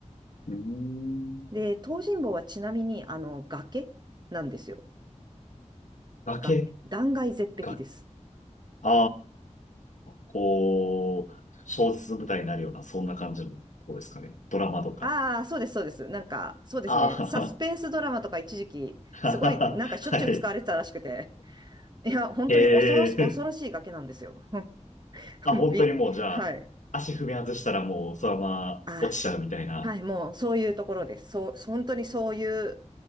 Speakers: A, on the left; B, on the right.
A: うーん。
B: で、東尋坊はちなみに、あの、崖なんですよ。
A: 崖
B: 崖。断崖絶壁です。
A: が、ああ、こう、小説の舞台になるような、そんな感じのとこですかね。ドラマとか。
B: ああ、そうです、そうです。なんか、そうですね。
A: ああ、
B: サスペンスドラマとか一時期、
A: <laughs> はははははい。
B: すごい、なんかしょっちゅう使われてたらしくて。いや、本当に恐ろし、
A: へえ。
B: 恐ろしい崖なんですよ。<laughs> もうび、
A: あ、本当にもうじゃあ、
B: はい。
A: 足踏み外したらもうそのまま落ちちゃうみたいな。
B: あーはい、もうそういうところです。そう、本当にそういう